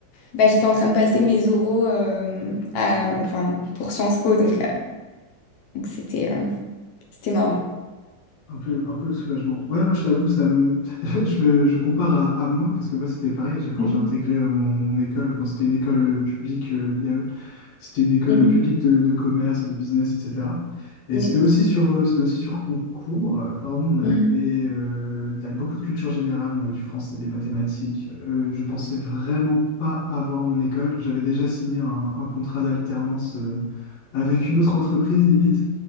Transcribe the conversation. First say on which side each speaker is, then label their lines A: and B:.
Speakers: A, on the left (about 70°); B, on the left (about 55°).
A: Bah, j'étais en train de passer mes oraux euh, à- enfin, pour Sciences Po, donc euh, donc c'était euh, c'était marrant.
B: Un peu, un peu le soulagement. Ouais, moi je t'avoue, ça me- <laughs> je, je compare à, à moi parce que moi c'était pareil. j'ai- Quand
A: Mhm.
B: j'ai intégré euh, mon, mon école, bon, c'était une école euh, publique, euh, l'IAE, c'était une école
A: Mhm.
B: euh, publique de, de commerce et de business, etc. Et
A: Ok.
B: c'était aussi sur, euh, c'était aussi sur concours. Alors nous, on avait
A: Mhm.
B: euh, de la- beaucoup de culture générale, on avait du français, des mathématiques. Euh, je pensais vraiment pas avoir mon école. J'avais déjà signé un, un contrat d'alternance euh, avec une autre entreprise, limite.